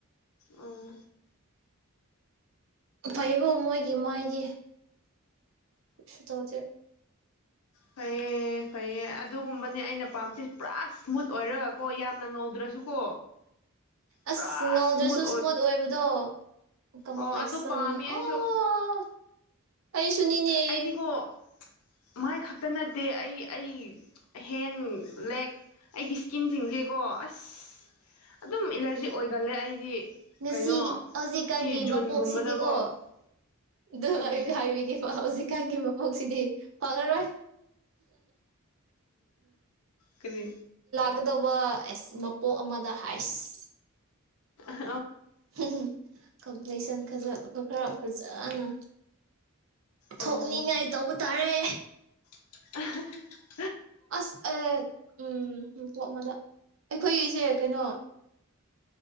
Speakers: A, on the left (about 85°); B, on the right (about 60°).
A: ꯑꯣ
B: ꯐꯩꯒꯣ ꯃꯣꯏꯒꯤ ꯃꯥꯏꯗꯤ ꯁꯇꯣꯖꯦ
A: ꯐꯩꯑꯌꯦ ꯐꯩꯌꯦꯦ ꯑꯗꯨꯒꯨꯝꯕꯅꯦ ꯑꯩꯅ ꯄꯥꯝꯁꯤ ꯄꯨꯔꯥ ꯏꯁꯃꯨꯠ ꯑꯣꯏꯔꯒꯀꯣ ꯌꯥꯝꯅ ꯉꯧꯗ꯭ꯔꯁꯨꯀꯣ ꯄꯨꯔꯥ
B: ꯑꯁ ꯉꯧꯗ꯭ꯔꯁꯨ
A: ꯁ꯭ꯃꯨꯠ
B: ꯏꯁꯃꯨꯠ ꯑꯣꯏꯕꯗꯣ ꯀꯝꯄ꯭ꯂꯦꯛꯁꯟ
A: ꯑꯣ ꯑꯗꯨ ꯄꯥꯝꯃꯤ ꯑꯩꯁꯨ
B: ꯑꯣ ꯑꯩꯁꯨꯅꯤꯅꯦ
A: ꯑꯩꯗꯤꯀꯣ ꯃꯥꯏ ꯈꯛꯇ ꯅꯠꯇꯦ ꯑꯩ ꯑꯩ ꯍꯦꯟ ꯂꯦꯛ ꯑꯩꯒꯤ ꯏꯁꯀꯤꯟꯁꯤꯡꯁꯦꯀꯣ ꯑꯁ ꯑꯗꯨꯝ ꯑꯦꯂꯔꯖꯤ ꯑꯣꯏꯒꯜꯂꯦ ꯑꯩꯗꯤ
B: ꯉꯁꯤ
A: ꯀꯩꯅꯣ
B: ꯍꯧꯖꯤꯛꯀꯥꯟꯒꯤ
A: ꯁꯤ ꯖꯨꯟꯒꯨꯝꯕꯗꯀꯣ
B: ꯃꯄꯣꯛꯁꯤꯗꯤꯀꯣ ꯑꯗꯨ
A: ꯎꯝ
B: ꯑꯩ ꯍꯥꯏꯕꯤꯒꯦ ꯍꯧꯖꯤꯛꯀꯥꯟꯒꯤ ꯃꯄꯣꯛꯁꯤꯗꯤ ꯋꯥꯡꯉꯔꯣꯏ
A: ꯀꯔꯤ
B: ꯀꯀꯗꯧꯕ ꯑꯁ ꯃꯄꯣꯛ ꯑꯃꯗ ꯍꯥꯏꯁ
A: ꯎ
B: ꯍ ꯀ ꯂꯁꯟ ꯈꯖ ꯈꯔ ꯐꯖꯅ ꯊꯣꯛꯅꯤꯡꯉꯥꯏ
A: ꯑꯣ
B: ꯇꯧꯕ ꯇꯥꯔꯦ
A: <inaudible>
B: ꯑꯁ ꯑ ꯎꯝ ꯃꯗ ꯑꯩꯈꯣꯏꯒꯤꯁꯦ ꯀꯩꯅꯣ